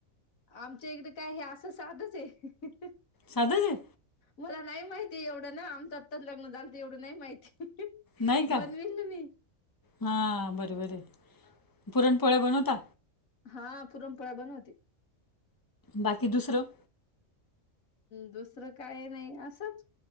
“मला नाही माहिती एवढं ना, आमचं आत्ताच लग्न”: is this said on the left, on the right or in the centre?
Left